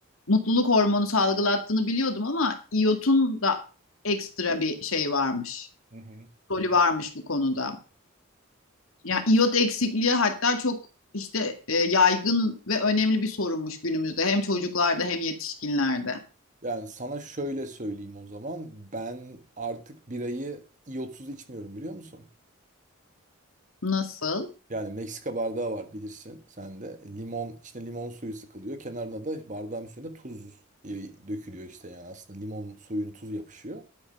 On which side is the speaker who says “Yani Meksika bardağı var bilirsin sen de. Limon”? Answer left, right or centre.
Right